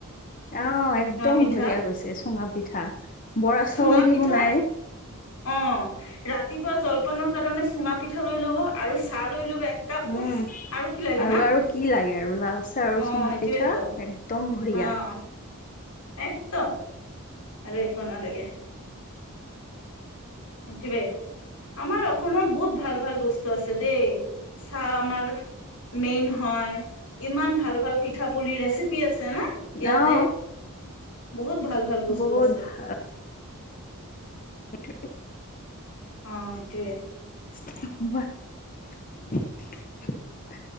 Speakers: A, on the left (about 35°); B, on the left (about 80°).
A: অ একদম
B: পিঠা
A: ভৰিয়া গৈছে চুঙা পিঠা, বৰা
B: চুঙা
A: চাউল
B: পিঠা
A: দি বনাই আই।
B: অ ৰাতিপুৱা জলপানৰ কাৰণে চুঙা পিঠা লৈ ল'ব আৰু চাহ লৈ ল'ব এক কাপ, ইষ্ট
A: উম
B: উফ আৰু কি লাগে
A: আৰু
B: না
A: আৰু কি লাগে আৰু লাল চাহ আৰু
B: অ'
A: চুঙা
B: এইটোৱেতো
A: পিঠা একদম বঢ়িয়া।
B: অ' একদম আৰু একো নালাগে। দিবাই, আমাৰ অসমত বহুত ভাল ভাল বস্তু আছে দেই। চাহ আমাৰ মেইন হয়। ইমান ভাল ভাল পিঠা পুলিৰ ৰেচিপি আছে ন ইয়াতে।
A: অ
B: বহুত ভাল ভাল বস্তু
A: বহুত
B: আছে।
A: <unintelligible>
B: অ ইটোৱে।
A: হব।